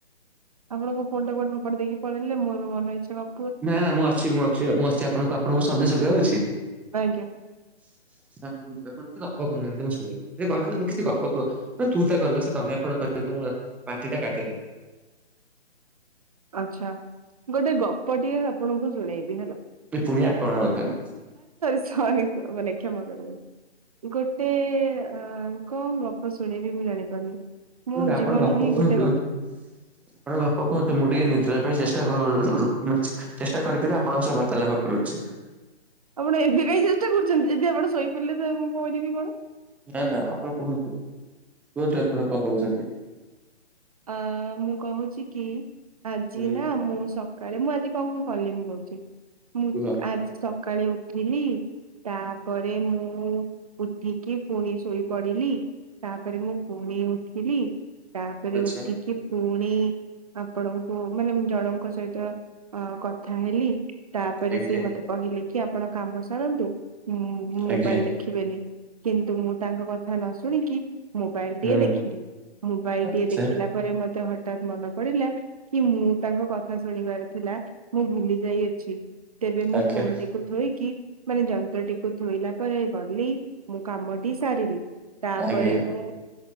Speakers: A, on the right; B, in the centre.
A: ଆପଣଙ୍କ ଫୋନଟା କୁଆଡ଼େ ଫୋପାଡ଼ି ଦେଇକି ପଳେଇେ ମୁଁ ବି ମନେଇଚ୍ଛା ଗପ
B: ନା ନା ମୁଁ ଅଛି ମୁଁ ଅଛି ମୁଁ ଅଛି ଆପଣଙ୍କୁ ଆପଣଙ୍କୁ ଶବ୍ଦ ସୁଗା ଯାଉଛି?
A: ଆଜ୍ଞା
B: <unintelligible> ଆପଣ କିଛି ଗପ କହୁନାହାନ୍ତି ମୁଁ ଶୁଣିମି ଦି କ କେ କିଛି ଗପ କୁହ ମାନେ ତୁ ତା କଲ ସେ ତମେ ଆପଣ କ ହିକି ପାଟିଟା କାଟିଲାଣି
A: ଆଛା ଗୋଟେ ଗପଟିଏ ଆପଣଙ୍କୁ ଶୁଣେଇବି ହେଲା
B: ପୁଣି ଆପଣ ଆଉତାହାନେ
A: ଛରି ସ ମନେ କ୍ଷମା କର। ଗୋଟେ ଅ କଣ ଗପ ଶୁଣେଇବି ମୁଁ ଜାଣିପାରୁନି ମୋ
B: କୁହନ୍ତୁ ଆପଣଙ୍କ
A: ଜୀବନ
B: ବାପ
A: ହିଁ
B: କୁହନ୍ତୁ
A: ଗୋଟେ ଗପ।
B: ଆପଣଙ୍କ ବାପ କୁହନ୍ତୁ ମୁଁ ଟିକେ ନି ଶୋଇବା ପାଇଁ ଚେଷ୍ଟା କ ରୁ ରୁ ମାନେ ଚେଷ୍ଟା କରି କରି ଆପଣଙ୍କ ସହ ବାର୍ତ୍ତାଳପ କରୁଚି
A: ଆପଣ ଏବେ କାଇଁ ଚେଷ୍ଟା କରୁଚନ୍ତି ଯଦି ଆପଣ ଶୋଇପାରିଲେ ତ ମୁଁ କହିବି କଣ?
B: ନା ନା ଆପଣ କୁହନ୍ତୁ କୁହନ୍ତୁ ଆପଣ କଣ କହୁଛନ୍ତି?
A: ଆ ମୁଁ କହୁଛି କି ଆଜି
B: ହୁଁ
A: ନା ମୁଁ ସକାଳେ ମୁଁ ଆଜି କଣ କଣ କଲି ମୁଁ କହୁଛି ମୁଁ
B: କୁହ
A: ଆଜି ସ କାଳେ ଉଠିଲି ତାପରେ ମୁଁ ଉଠିକି ଫୁଣି ଶୋଇପଡିଲି ତାପରେ ମୁଁ ଫୁଣି ଉଠିଲି ତାପରେ
B: ଆଚ୍ଛା
A: ଉଠିକି ଫୁ ଫୁଣି ଆପଣଙ୍କୁ ମାନେ ଜଣଙ୍କ ସହିତ ଅ କଥା ହେଲି। ତାପରେ
B: ଆଜ୍ଞା
A: ସିଏ ମତେ କହିଲେ କି ଆପଣ କାମ ସାରନ୍ତୁ ମୁଁ ମୁଁ ମୋବାଇଲ
B: ଆଜ୍ଞା
A: ଦେଖିବେନି। କିନ୍ତୁ ମୁଁ ତାଙ୍କ କଥା ନ ଶୁଣିକି ମୋବାଇଲ
B: ହୁଁ
A: ଟିଏ ଦେଖିଲି ମୋବାଇଲ
B: ଆଚ୍ଛା
A: ଟିଏ ଦେଖ ଦେଖିଲା ପରେ ମତେ ହଠାତ୍ ମନେ ପଡିଲା କି ମୁଁ ତାଙ୍କ କଥା ଶୁଣିବାର ଥିଲା ମୁଁ ଭୁଲି ଯାଇଅଛି। ତେବେ ମୁଁ
B: ଆଜ୍ଞା
A: ଫୋନଟିକୁ ଥୋଇକି ମାନେ ଯନ୍ତ୍ରଟିକୁ ଥୋଇଲା ପରେ ଗଲି ମୁଁ କାମଟି ସାରିଲି। ତାପରେ
B: ଆଜ୍ଞା
A: ମୁଁ